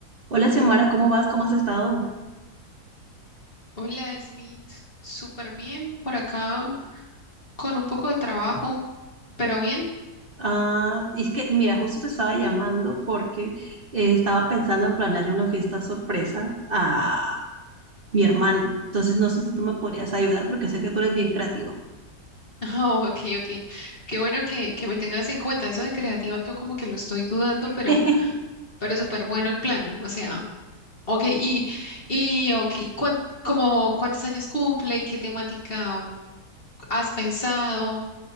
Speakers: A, on the right (about 35°); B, on the left (about 35°).
A: Hola, Xiomara, ¿cómo vas? ¿Cómo has estado?
B: Hola, Smith. Súper bien por acá, con un poco de trabajo, pero bien.
A: Ah, es que, mira, justo te estaba llamando porque eh, estaba pensando en planearle una fiesta sorpresa a mi hermana. Entonces, no sé si tú me podrías ayudar porque sé que tú eres bien creativo.
B: <laughs> Ah, ok, ok. Qué bueno que, que me tengas en cuenta. Eso de creativa, yo como que lo estoy dudando, pero,
A: <laughs>
B: pero súper bueno el plan. O sea, ok, y, y ok, ¿cuán- como cuántos años cumple? ¿Qué temática has pensado?